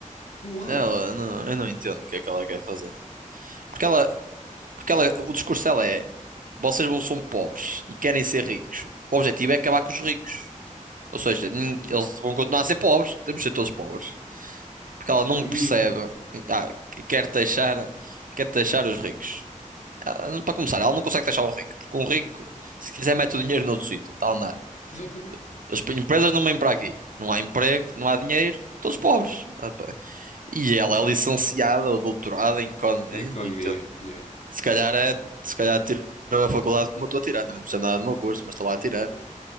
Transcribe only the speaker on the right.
Ela, não, eu não entendo o que é que ela quer fazer. Porque ela, Porque ela, o discurso dela é: vocês não são pobres e querem ser ricos. O objetivo é acabar com os ricos. Ou seja, nin- eles vão continuar a ser pobres, temos de ser todos pobres. Porque
ela não
percebe, ah, quer taxar, quer taxar os ricos. Ah, Para começar, ela não consegue taxar o rico, porque um rico, se quiser, mete o dinheiro noutro sítio, está a andar.
As p- empresas não vêm para aqui. Não há emprego, não há dinheiro, todos pobres. Ah, pá. E ela é licenciada ou doutorada em economia,
não entendo.
Se calhar é, se calhar tiro a faculdade como eu estou a tirar, também não percebo nada do meu curso, mas estou lá a tirar.